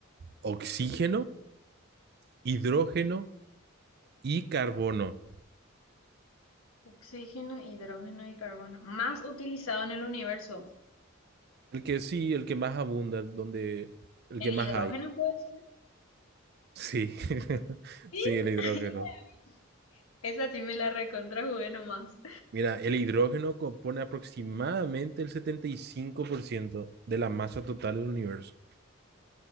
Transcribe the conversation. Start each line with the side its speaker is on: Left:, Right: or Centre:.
Right: Oxígeno, hidrógeno y carbono.
Left: Oxígeno, hidrógeno y carbono. Más utilizado en el universo.
Right: El que sí, el que más abunda, el donde, el
Left: El
Right: que más
Left: hidrógeno
Right: hay.
Left: puede ser.
Right: Sí, <laughs>
Left: Sí.
Right: sí, el hidrógeno.
Left: <laughs> Esa sí me la recontrajugué nomás.
Right: Mira, el hidrógeno compone aproximadamente el 75% de la masa total del universo.